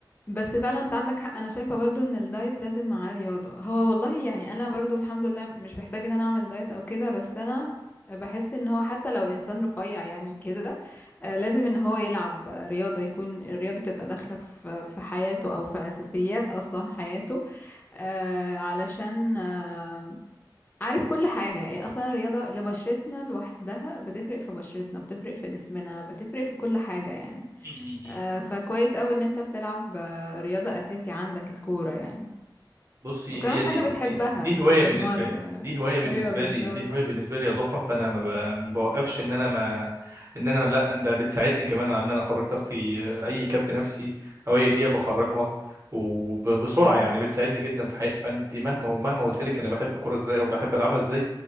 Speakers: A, on the left; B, on the right.
A: بس فعلا انت عندك حق انا شايفة برضو ان الدايت لازم معاه رياضة هو والله يعني انا برضو الحمد لله مش بحتاج ان انا اعمل دايت او كده بس انا بحس ان هو حتى لو الانسان رفيع يعني كده آه، لازم ان هو يلعب رياضة يكون الرياضة تبقى داخلة في في حياته او في اساسيات اصلا حياته آه علشان آه عارف كل حاجة إيه أصلا الرياضة لبشرتنا لوحدها بتفرق في بشرتنا بتفرق في جسمنا بتفرق في كل حاجة يعني
B: <laughs>
A: آه، فكويس قوي ان انت بتلعب آه، رياضة اساسي عندك الكورة يعني
B: بصي
A: وكمان
B: هي
A: حاجة
B: دي
A: بتحبها
B: دي دي
A: فبالمرة
B: هوايه بالنسبه لي
A: يعني
B: دي هوايه بالنسبه
A: ايوه بالظبط
B: لي دي هوايه بالنسبه لي يا ضحى فانا ما ب-
A: مم.
B: ما بوقفش ان انا ما ان انا ما- لا ده بتساعدني كمان على ان انا اخرج طاقتي آه، اي كبت نفسي او اي دقيقه بخرجها وبسرعه
A: ايوه
B: يعني بتساعدني جدا في حياتي فانت مهما ومهما قلت لك انا بحب الكوره ازاي وبحب العبها ازاي